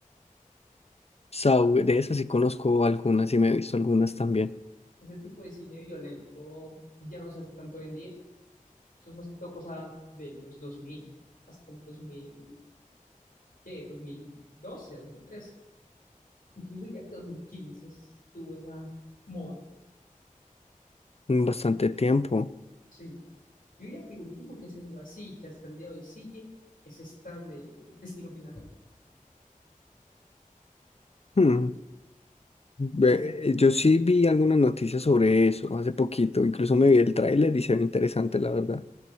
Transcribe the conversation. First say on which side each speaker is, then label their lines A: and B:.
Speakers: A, on the left (about 45°); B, on the left (about 80°).
A: Saw, de esas sí conozco algunas y me he visto algunas también
B: ese tipo de cine violento ya no se hace tanto hoy en día. Eso es más que todo cosa de los 2000 hasta el 2000, ¿qué? 2012, 2013. Incluso diría que 2015 estuvo esa moda.
A: en bastante
B: Y
A: tiempo.
B: sí, yo diría que lo último que salió así, que hasta el día de hoy sigue, es esta de Destino Final.
A: Hmm, ve-
B: Que hasta-
A: Yo sí vi algunas noticias sobre eso hace poquito, incluso me vi el tráiler y se ve interesante, la verdad.